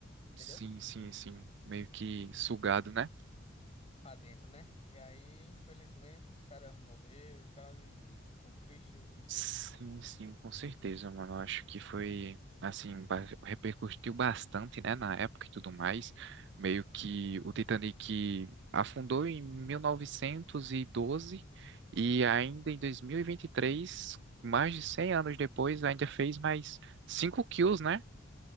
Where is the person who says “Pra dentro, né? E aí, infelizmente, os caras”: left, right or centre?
Left